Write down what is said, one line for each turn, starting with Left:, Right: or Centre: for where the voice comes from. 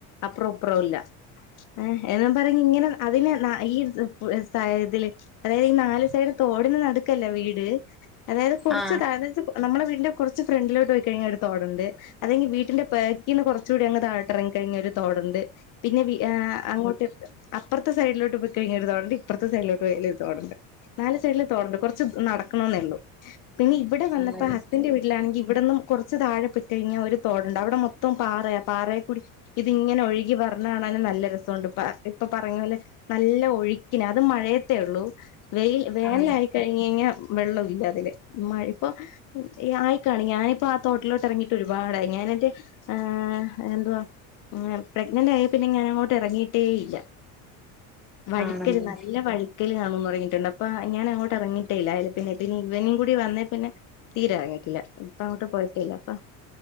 Left: അപ്പറം അപ്പുറം ഇല്ല ഏ എന്നും പറഞ് ഇങ്ങനെ അതിനെ ന ഈ ഇതില് അതായത് ഈ നാല് സൈഡ തോടിന്ന് നടടുക്കല്ല വീട് അതായത് കുറച്ച്
Centre: ആ
Left: അതായത് നമ്മുടെ വീടിന്റെ കുറച്ച് ഫ്രണ്ടിലോട്ട് പോയി കഴിഞ്ഞ ഒരു തോടുണ്ട് അല്ലെങ്കിൽ വീട്ടന്റെ പേക്കിൽന്ന് കുറച്ച് കൂടി അങ് താഴോട്ട് ഇറങ്ങി കഴിഞ്ഞ ഒരു തോടുണ്ട് പിന്നെ ആ അങ്ങോട്ട് അപ്പറത്തെ സൈഡിലോട്ട് പോയി കഴിഞ്ഞൊ ഒരു തോടണ്ട് ഇപ്പുറത്തെ സൈഡിലോട്ട് വലരു തോടണ്ട് നാല് സൈഡില തോടണ്ട് കുറച്ച് നടക്കണെന്നെ ഉള്ളു പിന്നെ ഇവിടെ വന്നപ്പോ
Centre: ആണല്ലേ
Left: ഹസ്ബൻഡന്റെ വീട്ടിലാെങ്കിൽ ഇവിടെന്നും കുറച്ച് താഴെ പി കഴിഞ്ഞ ഒരു തോടണ്ട് അവിടെ മൊത്തം പാറയ പാറയെ കൂടി ഇതി ഇങ്ങനെ ഒഴുകി വര്ണ നല്ല രസമുണ്ട് ഇപ്പൊ പറഞ്ഞ പോലെ നല്ല ഒഴുക്കി അത് മഴയത്തേ ഉള്ളൂ വെയിൽ വേനല
Centre: ആ
Left: ആയി കഴിഞ്ഞ് കഴിഞ്ഞാ വെള്ളം ഇല്ല അതില് മഴ ഇപ്പോ ആയിക്കാണ് ഞാനിപ്പോ ആ തോട്ടിലോട്ട് ഇറങ്ങിയിട്ട് ഒരുപാടായി ഞാന എന്റെ ് എന്തുവ പ്രഗ്നന്റ് ആയി പിന്നെ ഞാൻ അങ്ങോട്ട് ഇറങ്ങിട്ടേ ഇല്ല വഴുക്കല്
Centre: ആണല്ലേ
Left: നല്ല വഴക്കല് കാണുന്നു ഇറങ്ങിട്ടുണ്ട് അപ്പ ഞാൻ അങ്ങോട്ട ഇറങ്ങിട്ടല്ല അ പിന്നെ പിന്ന ഇവനും കൂടി വന്നേ പിന്നെ തീരാറങ്ങിട്ടില്ല ഇപ്പ അങ്ങോട്ട് പോയിട്ടേല്ല അപ്പ